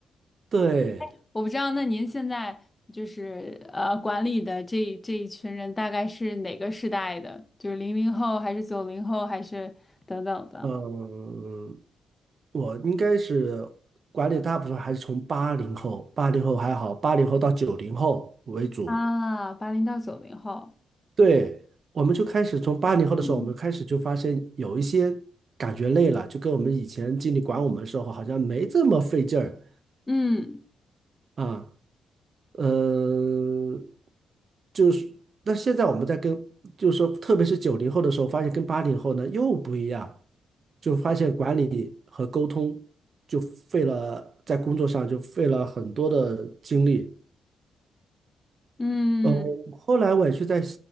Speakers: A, on the right; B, on the left.
A: <laughs> 对。
B: <laughs> 我不知道，那您现在就是呃管理的这这一群人大概是哪个时代的？就是零零后还是九零后还是等等的？
A: 嗯，我应该是管理大部分还是从八零后，八零后还好，八零后到九零后为主。
B: 啊，八零到九零后。
A: 对，我们就开始从八零后的时候，
B: 嗯
A: 我们开始就发现有一些感觉累了，就跟我们以前经理管我们的时候好像没这么费劲儿
B: 嗯。
A: 啊。嗯，就是，那现在我们在跟，就是说，特别是九零后的时候，发现跟八零后呢又不一样，就发现管理和沟通就费了，在工作上就费了很多的精力。
B: 嗯
A: 呃，后来我也去在